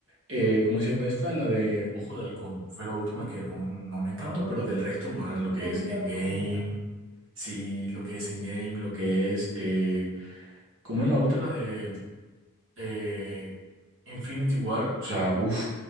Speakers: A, on the right (about 60°); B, on the right (about 20°).
A: eh, ¿cómo se llama esta? La de Ojo de Halcón. Fue la última
B: Ok.
A: que no, no me encantó.
B: Ah,
A: Pero del resto,
B: sí,
A: man,
B: estuvo
A: lo que es
B: muy normalita.
A: Endgame. Sí, lo que es Endgame, lo que es... eh, ¿cómo es la otra? La de eh, Infinity War, o sea, uff,